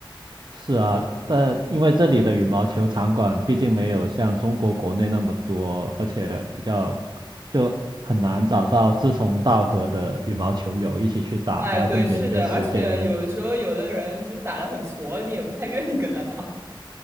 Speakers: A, on the right (about 55°); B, on the right (about 25°).
A: 是啊，但因为这里的羽毛球场馆毕竟没有像中国国内那么多，而且比较就很难找到志同道合的羽毛球友一起去打，
B: 哎，
A: 还要跟别人约时间。
B: 对，是的，而且有的时候有的人就打得很挫，你也不太愿意跟他打。<laughs>